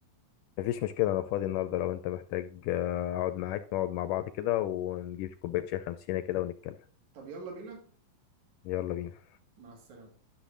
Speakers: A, on the left; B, on the right.
A: مفيش مشكلة انا فاضي النهاردة لو انت محتاج آه، اقعد معاك نقعد مع بعض كده ونجيب كوباية شاي خمسينة كده ونتكلم
B: طب يلا بينا
A: يلا بينا
B: مع السلامة